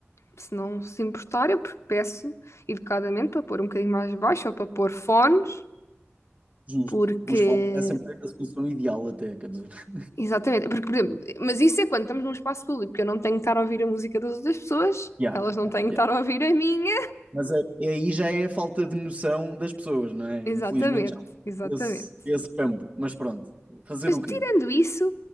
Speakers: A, on the left (about 75°); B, on the right (about 30°).
A: se não se importar, eu peço educadamente para pôr um bocadinho mais baixo ou para pôr fones,
B: Justo.
A: porque.
B: Os fones é sempre a solução ideal, até, quer dizer. <laughs>
A: Exatamente, porque, por exemplo, mas isso é quando estamos num espaço público, porque eu não tenho que estar a ouvir a música das outras pessoas,
B: Yeah,
A: elas não
B: yeah,
A: têm que
B: yeah.
A: estar a ouvir a minha.
B: Mas é- é aí já é a falta de noção das pessoas, não é?
A: Exatamente,
B: Infelizmente já há
A: exatamente.
B: esse, esse campo. Mas pronto, fazer
A: Mas
B: o
A: tirando
B: quê?
A: isso,